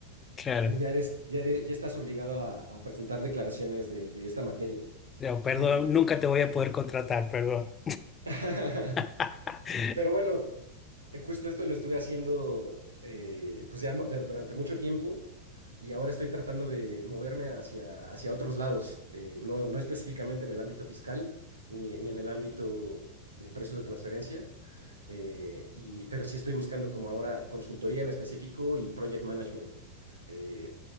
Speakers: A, on the left; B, on the right.
A: Claro.
B: ya eres, ya eres- ya estás obligado a, a presentar declaraciones de, de esta materia.
A: No, perdón,
B: Y
A: nunca te voy a poder contratar, perdón.
B: <laughs>
A: <laughs>
B: Pero bueno, eh, justo esto lo estuve haciendo eh, pues ya mo- de- durante mucho tiempo y ahora estoy tratando de moverme hacia, hacia otros lados, eh, no, no específicamente en el ámbito fiscal ni, ni en el ámbito de precios de transferencia, eh, y, pero sí estoy buscando como ahora consultoría en específico y project management. eh,